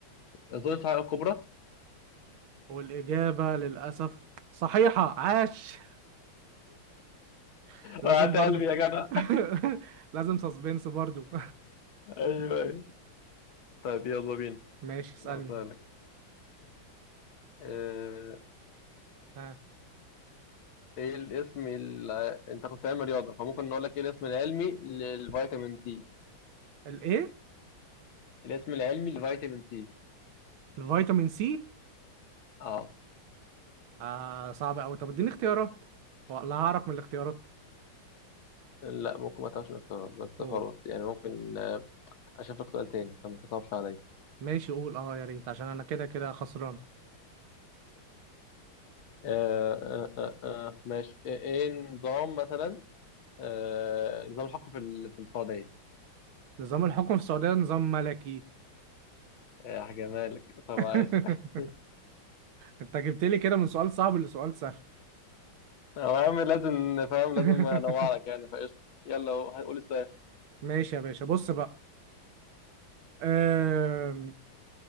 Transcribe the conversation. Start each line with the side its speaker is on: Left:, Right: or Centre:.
Left: اظن الصحراء الكبرى <laughs>
Right: والاجابه للاسف صحيحه عاش <laughs> لازم
Left: وقعت
Right: برضو
Left: قلبي يا جدع
Right: <laughs> لازم سسبنس برضو
Left: ايوه ايوه طيب يلا بينا
Right: <laughs> ماشي اسالني
Left: هسألك آه،
Right: ها
Left: ايه الاسم ال... انت كنت علم رياضه فممكن نقول لك ايه الاسم العلمي للفيتامين سي
Right: الايه
Left: الاسم العلمي للفيتامين سي
Right: الفيتامين سي
Left: اه
Right: آه صعب قوي طب اديني اختيارات ولا هعرف من الاختيارات
Left: لا ممكن ما تعرفش الاختيارات بس
Right: قول
Left: خلاص يعني ممكن آه، اشوف لك سؤال تاني عشان ما تصعبش عليا
Right: ماشي قول اه يا ريت عشان انا كده كده خسران
Left: آه آه آه آه ماشي آه، ايه نظام مثلا آه نظام الحكم في ال- في السعودية
Right: نظام الحكم في السعوديه نظام ملكي
Left: آه هجيبها لك طب
Right: <laughs>
Left: عايز <laughs>
Right: انت جبت لي كده من سؤال صعب لسؤال سهل
Left: هو يا عم لازم فاهم
Right: <laughs>
Left: لازم انوع لك يعني فقشطة يلا هو- هنقول السؤال
Right: ماشي يا باشا بص بقى أم...